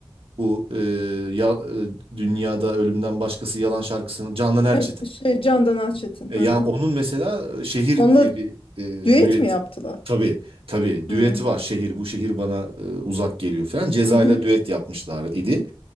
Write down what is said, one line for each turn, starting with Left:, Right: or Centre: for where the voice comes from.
Right: bu e, ya, e, dünyada ölümden başkası yalan şarkısını Canan Erçetin
Left: Evet, Şey Candan Erçetin.
Right: e,
Left: Hı
Right: Ya
Left: hı.
Right: onun mesela e, Şehir
Left: Onunla
Right: diye bir e,
Left: düet
Right: düet
Left: mi yaptılar?
Right: tabii tabii düeti
Left: Hı hı.
Right: var. Şehir bu şehir bana e, uzak geliyor falan. Ceza
Left: Hı hı.
Right: ile düet yapmışlar idi.